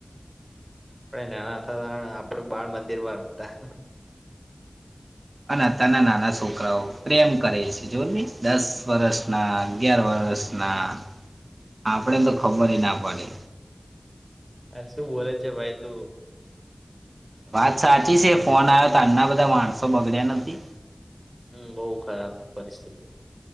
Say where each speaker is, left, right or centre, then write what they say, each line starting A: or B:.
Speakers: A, on the right; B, on the right.
A: આપણે નાના હતા આપડું બાળ મંદિરમાં રમતા.
B: અના તના નાના છોકરાઓ પ્રેમ કરે છે જો ને દસ વરષ ના અગિયાર વર્ષના આપણે તો ખબર ના પડે
A: હ શું બોલે છે ભાઈ તુ.
B: વાત સાચી છે ફોન આવ્યો તો આના બધા માણસો બગડ્યા નથી.
A: હમ બહુ ખરાબ પરિસ્થિતિ